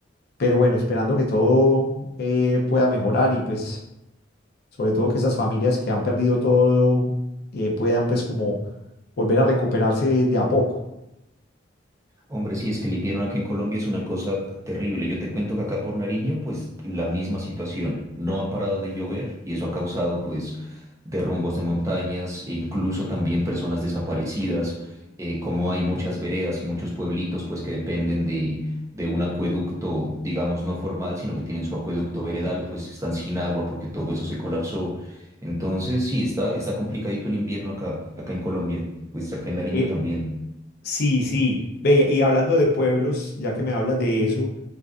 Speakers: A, on the left (about 55°); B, on the right (about 15°).
A: Pero bueno, esperando que todo eh, pueda mejorar y pues sobre todo que esas familias que han perdido todo eh, puedan pues como volver a recuperarse de a poco.
B: Hombre, sí, es que el invierno acá en Colombia es una cosa terrible. Yo te cuento que acá por Nariño, pues la misma situación. No ha parado de llover y eso ha causado pues derrumbos de montañas e incluso también personas desaparecidas. Eh, como hay muchas veredas y muchos pueblitos pues que dependen de, de un acueducto, digamos, no formal, sino que tienen su acueducto veredal, pues están sin agua porque todo eso se colapsó. Entonces, sí, está, está complicadito el invierno acá, acá en Colombia, pues acá en Nariño
A: Eh,
B: también.
A: sí, sí. Ve, y hablando de pueblos, ya que me hablas de eso.